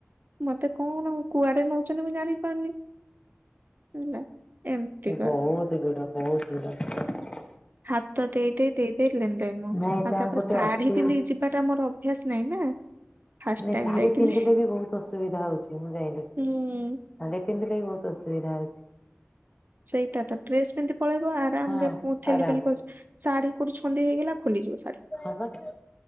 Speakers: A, on the right; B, on the left.
A: ମତେ କଣ କୁଆଡେ ନଉଛନ୍ତି ମୁଁ ଜାଣିପାରୁନି ହେଲା। ଏମିତିକା
B: ବହୁତ ଗିଡା ବହୁତ ଗିଡ
A: ହାତ ଦେଇ ଦେଇେଇ ଦେଇ ଦେଇ ଲେନ ଦେେ ମୁଁ
B: ନାଇଁ
A: ଆଉ
B: ତାର
A: ତାପରେ
B: ଗୋଟେ
A: ଶାଢୀ
B: ଅଛି
A: ପିନ୍ଧିକି ଯିବି ଏଟା ଆମର ଅଭ୍ୟାସ ନାଇଁ ନା ଫାଷ୍ଟ
B: ନଁ
A: ଟାଇମ
B: ଶାଢୀ
A: ଯାଇଥିଲି
B: ପିନ୍ଧିଲେ ବି ବହୁତ ଅସୁବିଧା ହଉଛି ମୁଁ ଜାଇଲିି ଶାଡି
A: ହୁଁ
B: ପିନ୍ଧିଲେ ବି ବହୁତ ଅସୁବିଧା ଅଛି।
A: ସେଇଟା ତ ଡ୍ରେସ ପିନ୍ଧି ପଳେଇବ ଆରାମ
B: ହଁ
A: ରେ ଠେଲି
B: ଆରାମ
A: ଶାଢୀ କୋଡି ଛେ ହେଇଗଲା ଖୋଲିଯିବ ଶଢୀ।
B: ହଁ ପା।